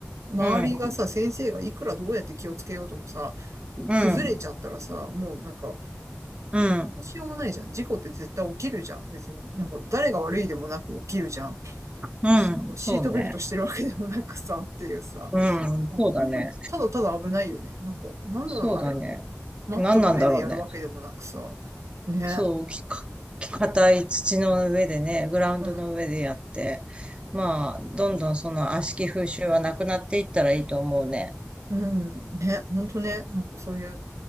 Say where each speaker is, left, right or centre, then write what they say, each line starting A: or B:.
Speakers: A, on the right; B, on the right.
A: 周りがさ、
B: うん、
A: 先生がいくらどうやって気をつけようともさ、
B: うん、
A: 崩れちゃったらさ、もうなんか、
B: うん、
A: どうしようもないじゃん。事故って絶対起きるじゃん、別に。なんか、誰が悪いでもなく起きるじゃん。
B: うん、
A: しかもシートベルトしてるわけでもなくさ、
B: そうね。
A: っていうさ、
B: うん、
A: なんか本当に、
B: そうだね。
A: ただただ危ないよね。なんか、なんなのあれ。
B: そうだね。
A: マットの上でやるわけでもなくさ、
B: 何なんだろうね。
A: ね。
B: そう、きか、硬い土の上でね、グラウンドの上でやって、
A: うん。
B: まあ、どんどんその悪しき風習はなくなっていったらいいと思うね。
A: うん、ね、ほんとね、なんかそういう